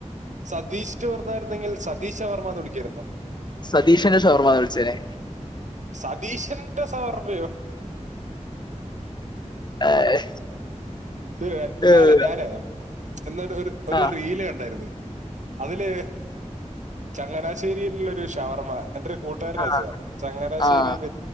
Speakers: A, on the right; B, on the left.
A: സതീഷ് റ്റുവർന്നായിരുന്നെങ്കിൽ സതീഷ് ഷവർമ്മ എന്ന് വിളിക്കായിരുന്നു.
B: സതീഷിന്റെ ഷവർമ്മ വിളിച്ചനേ
A: സതീഷന്റെ ഷവർമ്മയോ
B: ഏഹ്
A: ശരി ഇന്നാളെ
B: ഏഹ്
A: ഞാനേ എന്നൊരു ഒരു ഒരു
B: ആഹ്
A: റീല് കണ്ടായിരുന്നു. അതില് ചങ്ങനാശ്ശേരിയിലുള്ള ഒരു ഷവർമ്മ എന്റെ ഒരു കൂട്ടുകാരൻ
B: ആഹ്
A: അയച്ചതാ ചങ്ങനാശ്ശേരിൽ
B: ആഹ്